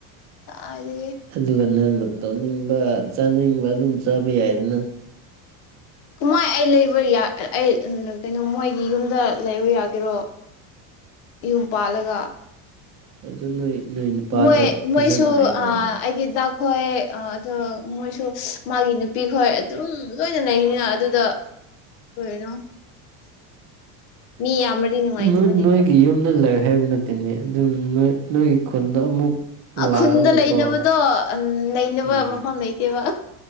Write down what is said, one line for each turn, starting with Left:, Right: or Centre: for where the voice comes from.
Left: ꯀꯥꯏꯗꯒꯤ
Right: ꯑꯗꯨꯒ ꯅꯪꯅ ꯇꯧꯅꯤꯡꯕ ꯆꯥꯅꯤꯡꯕ ꯑꯗꯨꯝ ꯆꯥꯕ ꯌꯥꯏꯗꯅ
Left: ꯃꯣꯏ ꯑꯩ ꯂꯩꯕ ꯑꯩ ꯀꯩꯅꯣ ꯃꯣꯏꯒꯤ ꯌꯨꯝꯗ ꯂꯩꯕ ꯌꯥꯒꯦꯔꯣ ꯌꯨꯝ ꯄꯥꯜꯂꯒ
Right: ꯑꯗꯨ ꯅꯣꯏ ꯅꯣꯏ ꯅꯨꯄꯥꯗ
Left: ꯃꯣꯏ ꯃꯣꯏꯁꯨ
Right: ꯐꯖꯅ ꯍꯥꯏꯒꯗꯕꯅꯦ
Left: ꯑꯥ ꯑꯩꯒꯤ ꯗꯥꯛ ꯍꯣꯏ ꯑꯗꯣ ꯃꯣꯏꯁꯨ ꯃꯥꯒꯤ ꯅꯨꯞ ꯅꯨꯄꯤꯈꯣꯏ ꯑꯗꯨꯝ ꯂꯣꯏꯅ ꯂꯩꯔꯤꯅꯤꯅ ꯑꯗꯨꯗꯣ ꯀꯔꯤꯅꯣ ꯃꯤ ꯌꯥꯝꯃꯗꯤ ꯅꯨꯡꯉꯥꯏꯇꯕꯅꯤꯀꯣ
Right: ꯅꯣꯏ ꯅꯣꯏꯒꯤ ꯌꯝꯗ ꯂꯩꯔꯦ ꯍꯥꯏꯕ ꯅꯠꯇꯦꯅꯦ ꯑꯗꯨꯝ ꯅꯣꯏꯒꯤ ꯈꯨꯟꯗ ꯑꯃꯨꯛ ꯂꯥꯛꯂꯒꯀꯣ
Left: ꯈꯨꯟꯗ ꯂꯩꯅꯕꯗꯣ ꯎꯝ ꯂꯩꯅꯕ
Right: ꯎꯝ
Left: ꯃꯐꯝ ꯂꯩꯇꯦꯕ